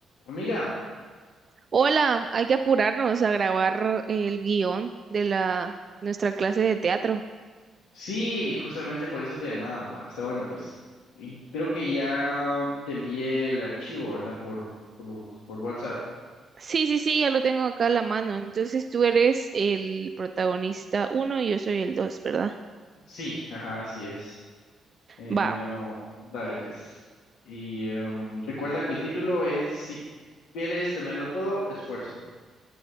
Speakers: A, on the left; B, on the right.
A: Amiga,
B: Hola, hay que apurarnos a grabar el guión de la nuestra clase de teatro.
A: sí, justamente por eso te llamaba. Va, Está bueno, pues. Y creo que ya te envié el archivo, ¿verdad? Por, por, por WhatsApp.
B: Sí, sí, sí, ya lo tengo acá a la mano. Entonces tú eres el protagonista uno y yo soy el dos, ¿verdad?
A: Sí, ajá, así es. Eh,
B: Va,
A: dale, pues. Y em, recuerda que el título es Si quieres tenerlo todo, esfuérzate.